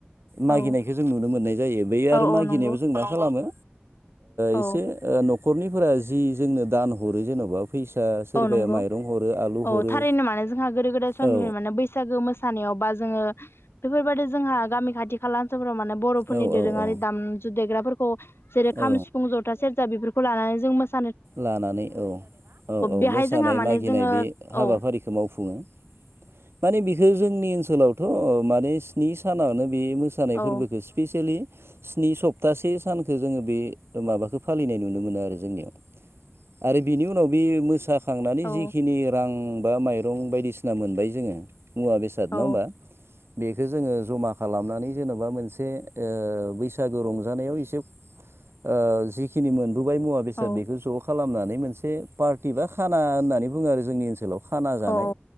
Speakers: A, on the left; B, on the right.
A: औ
B: मागिनायखौ जों नुनो मोननाय जायो। बै आरो
A: औ औ
B: मागिनायाव
A: नंगौ
B: जों मा खालामो
A: औ
B: एसे ओ न'खरनिफोरा जि जोंनो दान हरो जेन'बा फैसा सोरबाया
A: औ नंगौ
B: माइरं, हरो आलु,
A: औ
B: हरो
A: थारैनो मानो जोंहा गोदो गोदाय समनि
B: औ
A: माने बैसागो मोसा मोसानायाव बा जोङो बेफोरबायदि जोंहा गामि खाथि खाला ओनसोलफोराव बर'फोरनि
B: औ
A: दोरोङारि
B: औ औ
A: दाम जु देग्राफोरखौ जेरै- खाम,
B: औ
A: सिफुं, जथा, सेरजा, बेफोरखौ लानानै जों मोसा
B: लानानै औ औ औ
A: बेहाय
B: मोसानाय
A: जोंहा माने
B: मागिनाय
A: जोङो
B: बे हाबाफारिखौ
A: औ
B: मावफुङो। माने बिखौ जोंनि ओनसोलावथ' माने स्नि सानावनो बे मोसा मोसानाय
A: औ
B: फोरबोखौ स्पिसियेलि स्नि सप्तासे सानखौ जोङो बे माबाखौ फालिनाय नुनो मोनो आरो जोंनियाव। आरो बिनि उनाव बे मोसाखांनानै
A: औ
B: जिखिनि रां बा माइ दं बायदिसिना मोनबोयो जोङो मुवा बेसाद
A: औ
B: नङा होमबा बेखौ जोङो जमा खालामनानै जेन'बा मोनसे ओ बैसागो रंजानायाव एसे ओ जिखिनि मोनबोबाय मुवा बेसाद
A: औ
B: बेखौ ज' खालामनानै मोनसे पार्टि बा खाना होननानै बुङो आरो जोंनि ओनसोलाव। खाना जानाय
A: औ